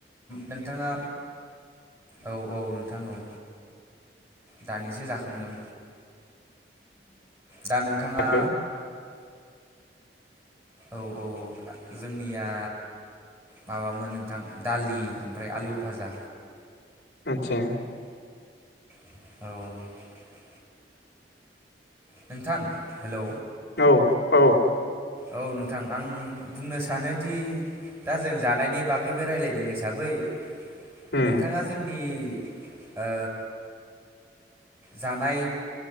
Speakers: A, on the right; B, on the left.
A: नोंथाङा औ -औ -नोंथां औ। दानिसो जाखांदों। दा नोंथाङा।
B: जाखो
A: औ- औ- औ- था जोंनि। निया माबामोन नोंथां दालि ओमफ्राय आलु फाजा।
B: आथसा।
A: औ नोंथां हेल'।
B: औ औ।
A: औ नोंथां आं बुंनो सानोदि दा जों जानायनि बागैबो रायलायदों हिसाबै
B: उम
A: नोंथांआ जोंनि ओ जानाय